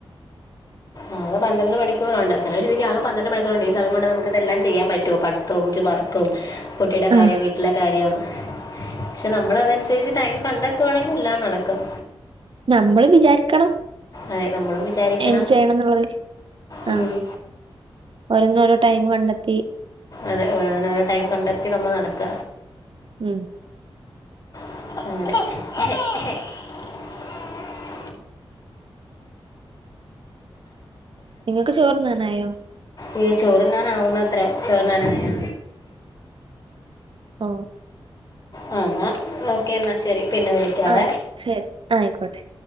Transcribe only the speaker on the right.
ആഹ്
നമ്മള് വിചാരിക്കണം
എന്ത് ചെയ്യണം എന്നുള്ളത്
ആഹ് ഓരോന്നിനും ഓരോ ടൈം കണ്ടെത്തി
ഉം
നിങ്ങക്ക് ചോർണ്ണുന്നായോ
ഓ
ആയിക്കോ ശരി ആയിക്കോട്ടെ